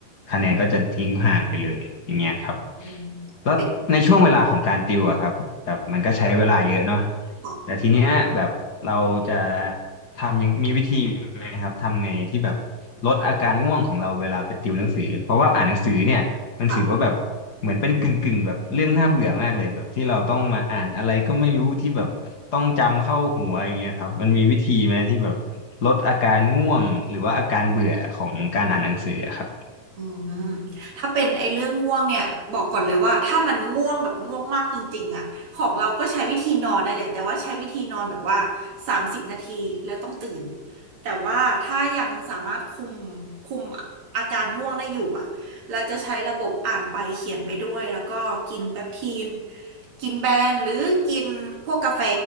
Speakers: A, on the left; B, on the right.
A: คะแนนก็จะทิ้งห่างไปเลยอย่างเงี้ยครับ
B: อืม
A: แล้วในช่วงเวลาของการติวอะครับแบบมันก็ใช้เวลาเยอะเนาะ
B: เป็นข
A: แต่ทีเนี้ยแบบเราจะทำยังมีวิธีไหมครับทำไงที่แบบลดอาการง่วงของเราเวลาไปติวหนังสือเพราะว่าอ่านหนังสือเนี่ยมันถือว่าแบบ
B: อ
A: เหมือนเป็นกึ่งกึ่งแบบเรื่องน่าเบื่อมากเลยแบบที่เราต้องมาอ่านอะไรก็ไม่รู้ที่แบบต้องจำเข้าหัวอย่างเงี้ยครับมันมีวิธีไหมที่แบบลดอาการง่วงหรือว่าอาการเบื่อของการอ่านหนังสืออะครับ
B: อืมถ้าเป็นไอ้เรื่องง่วงเนี่ยบอกก่อนเลยว่าถ้ามันง่วงแบบง่วงมากจริงๆอ่ะของเราก็ใช้วิธีนอนนั่นแหละแต่ว่าใช้วิธีนอนแบบว่าสามสิบนาทีแล้วต้องตื่นแต่ว่าถ้ายังสามารถคุมคุมอาการง่วงได้อยู่อ่ะเราจะใช้ระบบอ่านไปเขียนไปด้วยแล้วก็กินแปปทีนกินแบนหรือกินพวกกาแฟ